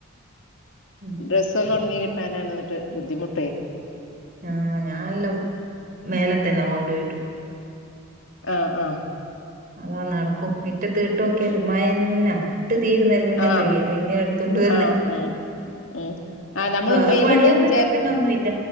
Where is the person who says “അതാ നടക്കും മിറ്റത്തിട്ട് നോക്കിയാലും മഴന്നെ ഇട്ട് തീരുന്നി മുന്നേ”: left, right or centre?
Right